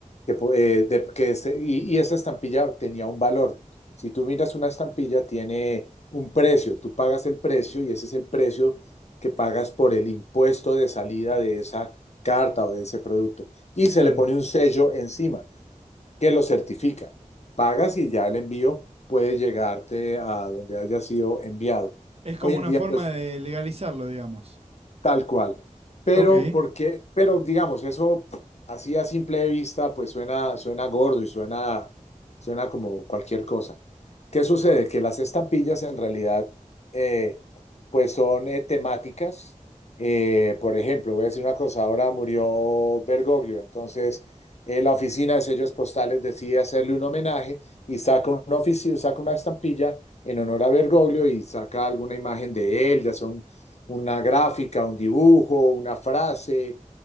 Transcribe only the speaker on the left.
que, po- eh, de- que se- y, y esa estampilla tenía un valor. Si tú miras una estampilla, tiene un precio. Tú pagas el precio y ese es el precio que pagas por el impuesto de salida de esa carta o de ese producto y se
le pone un sello encima que lo certifica. Pagas y ya el envío puede llegarte a donde haya sido enviado.
Hoy en
día,
pues
Tal cual. Pero
porque, pero digamos, eso así a simple vista, pues suena, suena gordo y suena, suena como cualquier cosa. ¿Qué sucede? Que las estampillas en realidad, eh, pues son eh, temáticas. Eh, por ejemplo, voy a decir una cosa, ahora murió Bergoglio, entonces eh, la oficina de sellos postales decide hacerle un homenaje y saca una ofici- saca una estampilla en honor a Bergoglio y saca alguna imagen de él, ya sea un una gráfica, un dibujo, una frase,